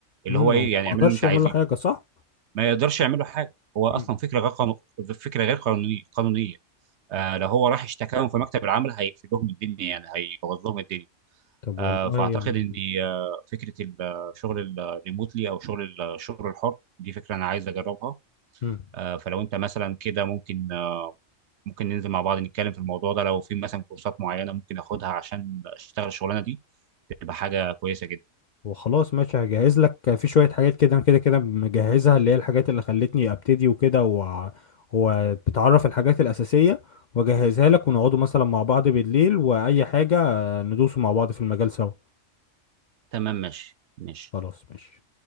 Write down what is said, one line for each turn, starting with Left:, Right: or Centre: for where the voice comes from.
Right: اللي
Left: امم
Right: هو ايه
Left: هو
Right: يعني
Left: ما
Right: اعمل
Left: اقدرش
Right: اللي انت
Left: يعمل
Right: عايزه
Left: له حاجة صح
Right: ما يقدرش يعمل له حاجه هو اصلا
Left: امم
Right: فكره غير قانو... فكره غير قانونيه قانونيه آه لو هو راح اشتكاهم في مكتب العمل هيقفل لهم الدنيا يعني هيبوظ لهم الدنيا
Left: طب
Right: آه
Left: والله
Right: فاعتقد
Left: يعني
Right: ان آه فكره الشغل الريموتلي او شغل الشغل الحر دي فكره انا عايز اجربها
Left: امم
Right: آه فلو انت مثلا كده ممكن آه ممكن ننزل مع بعض نتكلم في الموضوع ده لو في مثلا كورسات معينه ممكن اخدها عشان اشتغل الشغلانه دي تبقى حاجه كويسه جدا
Left: وخلاص ماشي هجهز لك في شوية حاجات كده كده كده مجهزها اللي هي الحاجات اللي خلتني ابتدي وكده و... وبتعرف الحاجات الأساسية واجهزها لك ونقعدوا مثلا مع بعض بالليل وأي حاجة ندوسوا مع بعض في المجال سوا
Right: تمام ماشي ماشي
Left: خلاص ماشي